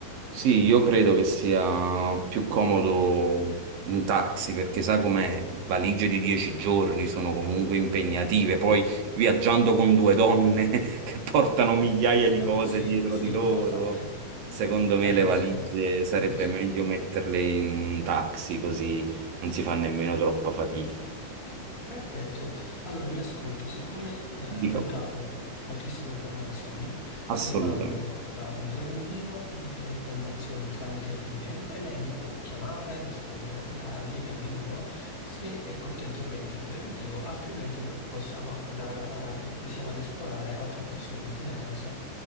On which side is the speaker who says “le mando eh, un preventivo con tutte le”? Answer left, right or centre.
Left